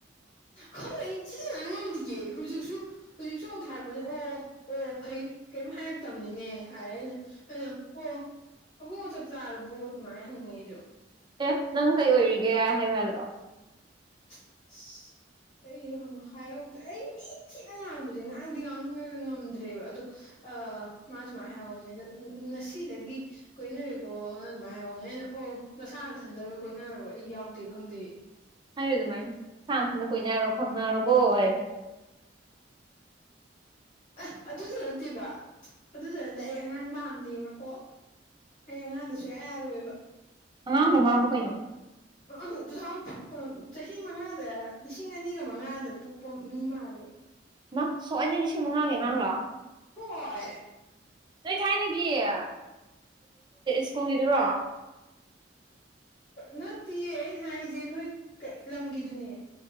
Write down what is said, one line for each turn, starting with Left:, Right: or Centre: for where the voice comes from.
Left: ꯈꯪꯅ ꯑꯩ ꯊꯤꯗꯅ ꯉꯝꯗꯒꯦ ꯍꯧꯖꯤꯛꯁꯨ ꯍꯧꯖꯤꯛꯁꯨ ꯑꯃꯨꯛ ꯊꯥꯔꯛꯄꯅꯦ ꯑꯣ ꯑꯣ ꯐꯩ ꯀꯔꯤꯝ ꯍꯥꯏꯔꯛꯇꯕꯅꯤꯅꯦ ꯍꯥꯏꯔꯦ ꯑꯩꯅ ꯀꯩꯅꯣ ꯑꯣ ꯑꯕꯨꯉꯣ ꯆꯥꯛ ꯆꯥꯔꯕꯣ ꯑꯗꯨꯃꯥꯏꯅ ꯍꯪꯉꯦ ꯑꯩꯁꯨ
Right: ꯑꯦ ꯅꯪ ꯀꯩ ꯑꯣꯏꯔꯤꯒꯦ ꯍꯥꯏꯕ ꯌꯥꯗ꯭ꯔꯣ
Left: <inaudible> ꯑꯩ ꯍꯥꯏꯍꯧꯗ꯭ꯔꯦ ꯑꯩ ꯃꯤ ꯊꯤꯠꯅ ꯉꯥꯡꯕꯁꯦ ꯉꯥꯡꯗꯤ ꯉꯥꯡꯉꯒ ꯉꯝꯗ꯭ꯔꯦꯕ ꯑꯗꯣ ꯑ ꯃꯥꯁꯨ ꯃꯥ ꯍꯥꯏꯍꯧꯕꯅꯦ ꯉꯁꯤꯗꯒꯤ ꯀꯣꯏꯅꯔꯦꯀꯣꯅ ꯑꯗꯨꯃꯥꯏꯅ ꯍꯥꯏꯍꯧꯅꯦ ꯑꯩꯅ ꯑꯣ ꯅꯁꯥꯅꯊꯟꯗꯒ ꯀꯣꯏꯅꯔꯣ ꯑꯩ ꯌꯥꯎꯗꯦ ꯈꯪꯗꯦ
Right: ꯍꯥꯏꯌꯨ ꯑꯗꯨꯃꯥꯏꯅ ꯁꯥ ꯊꯟꯗ ꯀꯨꯏꯅꯔꯣ ꯈꯪꯅꯔꯣꯀꯣ ꯍꯥꯏꯌꯨ
Left: ꯑ ꯑꯗꯨꯗ ꯅꯠꯇꯦꯕ ꯑꯗꯨꯗ ꯅꯠꯇꯦ ꯑꯩ ꯑꯉꯥꯡ ꯄꯥꯝꯗꯦꯕꯀꯣ ꯑꯩ ꯑꯉꯥꯡꯗ ꯁꯨꯛꯌꯥ ꯌꯥꯔꯣꯏꯕ
Right: ꯑꯉꯥꯡꯂ ꯃꯃꯥꯕꯨ ꯀꯩꯅꯣ
Left: <inaudible> ꯇꯨ ꯊꯥꯎꯖꯟ ꯆꯍꯤ ꯃꯉꯥꯗ ꯂꯤꯁꯤꯡ ꯑꯅꯤꯒ ꯃꯉꯥꯗ ꯄꯣꯛꯄ ꯃꯤ ꯃꯥꯜꯂꯦ
Right: ꯃꯥ ꯁꯣꯛ ꯑꯅ ꯂꯤꯁꯤꯡ ꯃꯉꯥꯒꯤ ꯑꯉꯥꯡꯂꯣ
Left: ꯍꯣꯏ
Right: ꯅꯣꯏ ꯊꯥꯏꯅꯒꯤꯣ ꯁ꯭ꯀꯨꯜꯒꯤꯗꯨꯔꯣ
Left: ꯅꯠꯇꯤꯌꯦ ꯑꯩꯅ ꯍꯥꯏꯁꯦ ꯅꯣꯏ ꯂꯝꯒꯤꯗꯨꯅꯦ